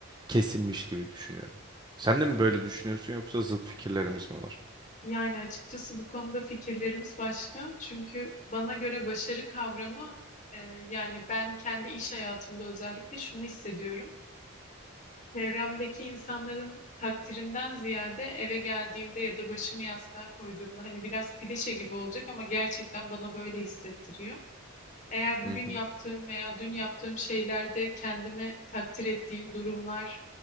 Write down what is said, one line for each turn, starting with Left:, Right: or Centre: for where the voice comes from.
Right: kesinmiş gibi düşünüyorum. Sen de mi böyle düşünüyorsun yoksa zıt fikirlerimiz mi var?
Left: Yani açıkçası bu konuda fikirlerimiz başka. Çünkü bana göre başarı kavramı e, yani ben kendi iş hayatımda özellikle şunu hissediyorum. Çevremdeki insanların takdirinden ziyade eve geldiğimde ya da başımı yastığa koyduğumda hani biraz klişe gibi olacak ama gerçekten bana böyle hissettiriyor. Eğer bugün
Right: Hı hı.
Left: yaptığım veya dün yaptığım şeylerde kendimi takdir ettiğim durumlar